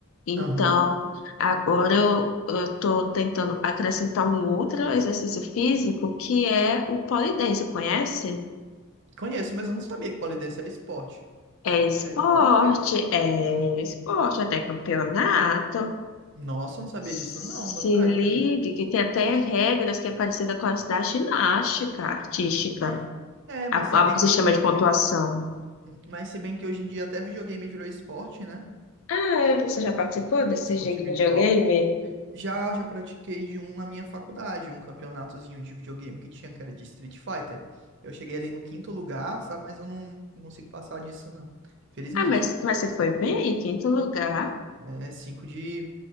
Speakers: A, on the left; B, on the right.
A: Então,
B: Aham.
A: agora eu eu estou tentando acrescentar um outro exercício físico que é o pole dance, conhece?
B: Conheço, mas eu não sabia que pole dance era esporte.
A: É esporte,
B: É esporte?
A: é um esporte, até campeonato.
B: Nossa, eu não sabia
A: Se
B: disso, não, novidade
A: ligue,
B: pra mim.
A: que tem até regras que é parecida com as da ginástica artística.
B: Mas, é,
A: A,
B: mas se
A: a,
B: bem
A: o
B: que
A: sistema
B: hoje em
A: de pontuação.
B: dia, hum, mas se bem que hoje em dia até videogame virou esporte, né?
A: Ah, você já participou desse
B: Esporte
A: jogo de
B: virtual.
A: videogame?
B: Já, já pratiquei de um na minha faculdade, um campeonatozinho de videogame que tinha, que era de Street Fighter. Eu cheguei ali no quinto lugar, sabe? Mas eu não, não consigo passar disso, não. Felizmente.
A: Ah, mas, mas você foi bem, em quinto lugar.
B: É cinco de...